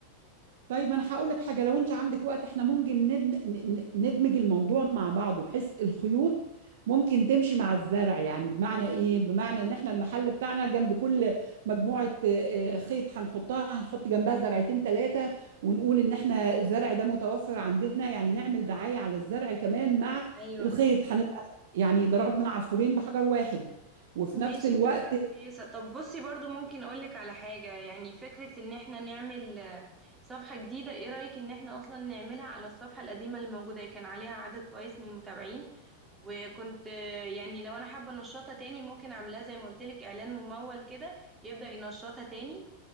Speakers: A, on the right (about 55°); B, on the right (about 15°).
A: طيب انا هقول لك حاجه لو انت عندك وقت احنا ممكن ندم- ن- ن- ندمج الموضوع مع بعضه بحيث الخيوط ممكن تمشي مع الزرع يعني بمعنى ايه بمعنى ان احنا المحل بتاعنا جنب كل مجموعه آه، آه، خيط هنحطها هنحط جنبها زرعتين ثلاثه ونقول ان احنا الزرع ده متوفر عندنا يعني نعمل دعايه على الزرع كمان مع
B: ايوه
A: الخيط هنبقى يعني ضربنا عصفورين بحجر واحد وفي
B: ماشي
A: نفس الوقت
B: فكرة كويسة طب بصي برضو ممكن اقولك على حاجة يعني فكرة ان احنا نعمل آه، صفحة جديدة ايه رأيك ان احنا اصلا نعملها على الصفحة القديمة اللي موجودة هي كان عليها عدد كويس من المتابعين وكنت آه، يعني لو انا حابة انشطها تاني ممكن اعملها زي ما قلتلك اعلان ممول كده يبدأ ينشطها تاني